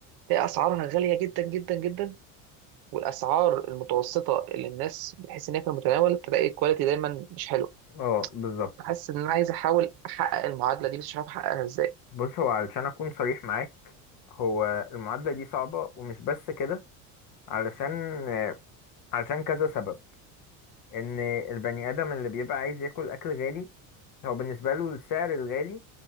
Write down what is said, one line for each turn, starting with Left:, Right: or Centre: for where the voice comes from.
Right: تلاقي اسعارها غاليه جدا جدا جدا والاسعار المتوسطه اللي الناس بتحس ان هي في المتناول تلاقي الكواليتي دايما مش حلو
Left: اه بالظبط
Right: فحاسس ان انا عايز احاول احقق المعادله دي بس مش عارف احققها ازاي
Left: بص هو علشان اكون صريح معاك هو المعادله دي صعبه ومش بس كده علشان آه، علشان كذا سبب ان البني ادم اللي بيبقى عايز ياكل اكل غالي هو بالنسبه له السعر الغالي